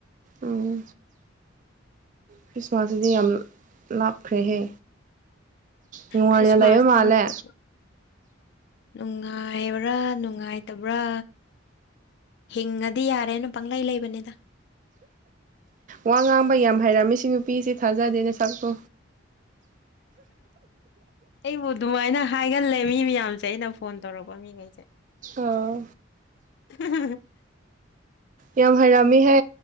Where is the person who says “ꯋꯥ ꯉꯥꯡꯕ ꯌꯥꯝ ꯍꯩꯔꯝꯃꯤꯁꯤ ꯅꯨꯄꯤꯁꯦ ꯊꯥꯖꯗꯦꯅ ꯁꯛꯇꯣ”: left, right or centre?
Right